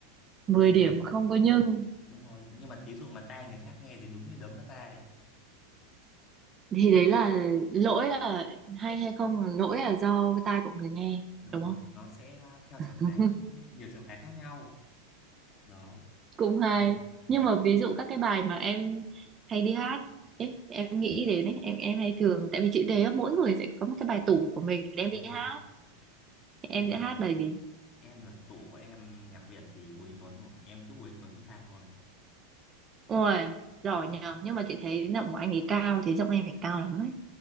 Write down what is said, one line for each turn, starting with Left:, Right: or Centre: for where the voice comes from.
Right: 10
Left: Nhưng
Right: điểm
Left: mà
Right: không có
Left: thí-
Right: nhưng
Left: đúng rồi, nhưng mà thí dụ mà tai người khác nghe thì đúng như đấm vào tai.
Right: thì đấy là lỗi là hay hay không là lỗi là do cái tai của người nghe
Left: Đúng
Right: đúng
Left: rồi,
Right: không
Left: nó sẽ theo trường
Right: <laughs>
Left: phái, nhiều trường phái khác nhau. Đó.
Right: cũng hay
Left: Ừ. Đó.
Right: nhưng mà ví dụ các cái bài mà em hay đi hát ấy em nghĩ đến ấy em em hay thường tại vì chị thấy á, mỗi người sẽ có một cái bài tủ của mình để đem
Left: Đúng
Right: đi
Left: rồi.
Right: hát Thì
Left: Em
Right: em sẽ hát bài gì
Left: em là tụ của em nhạc Việt thì Bùi Anh Tuấn rồi, em cứ Bùi Anh Tuấn em fan rồi.
Right: ôi
Left: Đấy.
Right: giỏi nhờ nhưng mà chị thấy giọng của anh ấy cao thì giọng em phải cao lắm ấy